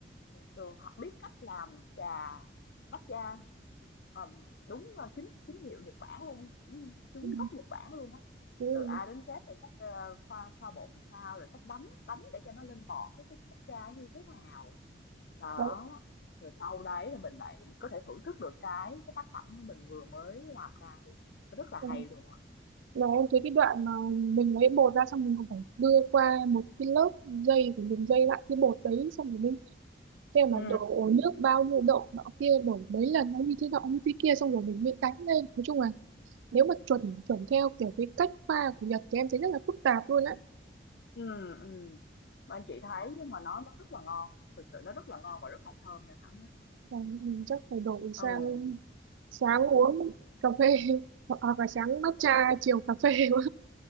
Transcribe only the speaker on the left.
thường họ biết cách làm trà matcha Ờm, đúng rồi, chính chính hiệu Nhật Bản luôn, chính chính
gốc Nhật Bản luôn á,
từ A
đến Z từ cách, ơ, pha pha bột làm sao, rồi cách đánh đánh để cho nó lên bọt cái cái cách tra như thế nào. Đó,
rồi sau đấy là mình lại mình có thể thưởng thức được cái cái tác phẩm của mình vừa mới làm ra luôn, rất là hay
luôn á.
Ừ,
ừ, ừ, mà anh chị thấy nhưng mà nó nó rất là ngon, thực sự nó rất là ngon và rất là thơm nha Thảo nhé.
Ừ.